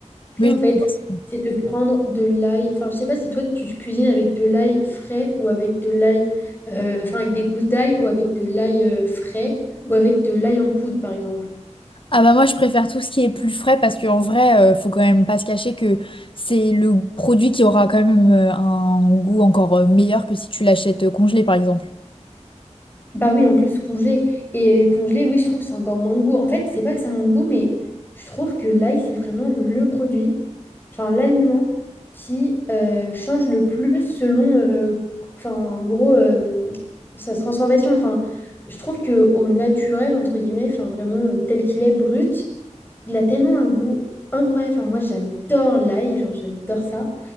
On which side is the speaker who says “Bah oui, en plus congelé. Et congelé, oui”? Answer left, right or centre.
Left